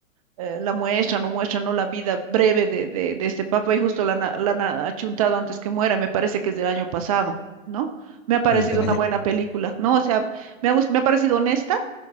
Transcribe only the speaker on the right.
eh, la muestran o muestran, ¿no? La vida breve de, de, de este papa y justo la, han- la han achuntado antes que muera, me parece que es del año pasado, ¿no? Me ha parecido
una
buena película, ¿no? O sea, me ha, gust- me ha parecido honesta,